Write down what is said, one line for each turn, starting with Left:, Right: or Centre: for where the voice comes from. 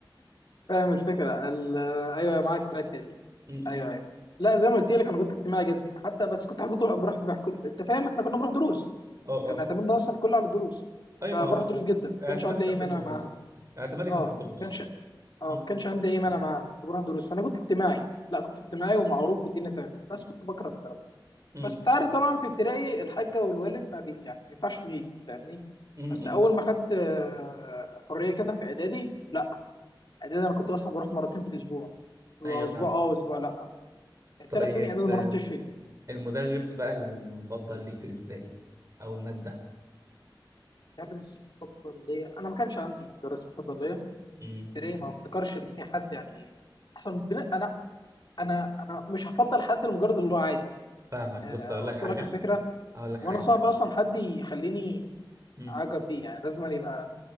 Left: فاهم الفكره ال- آه، ايوه معاك في الحته دي
Right: م-
Left: ايوه
Right: م.
Left: ايوه لا زي ما قلت لك انا كنت اجتماعي جدا حتى بس كنت احب بروح بروح كنت انت فاهم احنا كنا بنروح دروس
Right: اه
Left: كان
Right: اه
Left: اعتمادنا ده اصلا كله على الدروس
Right: ايوه
Left: فبروح
Right: ما هو
Left: دروس جدا ما
Right: اعتمادي
Left: كانش عندي
Right: كان
Left: اي
Right: في
Left: مانع
Right: الدروس
Left: معاها
Right: اعتمادي كان
Left: اه
Right: في
Left: ما
Right: الدروس
Left: كانش اه
Right: م-
Left: ما كانش عندي اي مانع معاها كنت بروح دروس فانا كنت اجتماعي لا كنت اجتماعي ومعروف والدنيا تمام بس كنت بكره المدرسه
Right: م.
Left: بس انت عارف طبعا في ابتدائي الحاجه والوالد ما بي يعني ما ينفعش تغيب فاهمني
Right: م-
Left: بس اول
Right: م.
Left: ما خدت آه، حريه كده في اعدادي لا اعدادي انا كنت مثلا بروح مرتين في الاسبوع واسبوع
Right: ايوه نعم
Left: اه واسبوع لا الثلاث
Right: طيب
Left: سنين اعدادي
Right: آه،
Left: ما رحتش فيهم
Right: المدرس بقى المفضل ليك في الابتدائي او المادة
Left: مدرس مفضل ليا انا ما كانش عندي مدرس مفضل ليا
Right: امم
Left: تري ما افتكرش ان في حد يعني احسن من بنا... انا انا انا مش هفضل حد لمجرد اللي هو عادي
Right: فاهمك
Left: أه
Right: بص اقول
Left: وصل
Right: لك حاجة
Left: لك الفكره
Right: اقول لك حاجة
Left: وانا صعب اصلا حد يخليني
Right: امم
Left: اعجب بيه يعني لازم أن يبقى